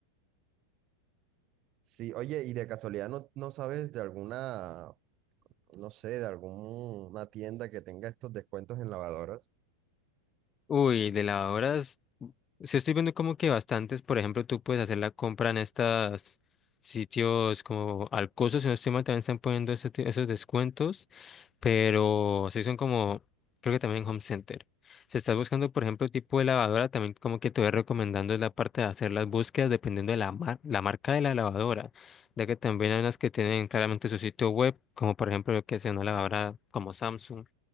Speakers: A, on the right (about 35°); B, on the left (about 25°).
A: Sí, oye, y de casualidad no, no sabes de alguna, no sé, de alguna tienda que tenga estos descuentos en lavadoras.
B: Uy, de lavadoras, sí estoy viendo como que bastantes, por ejemplo, tú puedes hacer la compra en estas sitios como Alcoso, si no estoy mal, también están poniendo ese ti- esos descuentos. pero sí son como, creo que también en Home Center. Si estás buscando, por ejemplo, tipo de lavadora, también como que te voy recomendando es la parte de hacer las búsquedas dependiendo de la, mar- la marca de la lavadora, ya que también hay unas que tienen claramente su sitio web, como por ejemplo lo que sea una lavadora como Samsung